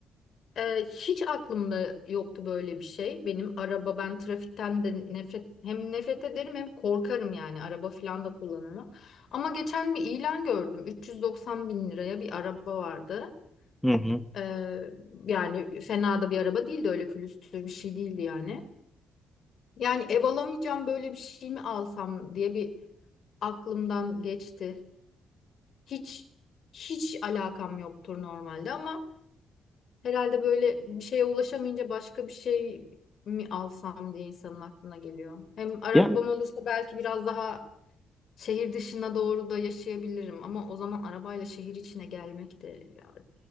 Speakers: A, on the left (about 60°); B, in the centre.
A: e, hiç aklımda yoktu böyle bir şey. Benim araba ben trafikten de nefret hem nefret ederim hem korkarım yani araba falan da kullanamam. Ama geçen bir ilan gördüm. 390 bin liraya bir araba vardı.
B: Hı hı.
A: Ee, yani fena da bir araba değildi öyle külüstür bir şey değildi yani. Yani ev alamayacağım böyle bir şey mi alsam diye bir aklımdan geçti. Hiç hiç alakam yoktur normalde ama herhalde böyle bir şeye ulaşamayınca başka bir şey mi alsam diye insanın aklına geliyor. Hem arabam
B: Yani,
A: olursa belki biraz daha şehir dışına doğru da yaşayabilirim ama o zaman arabayla şehir içine gelmek de ya,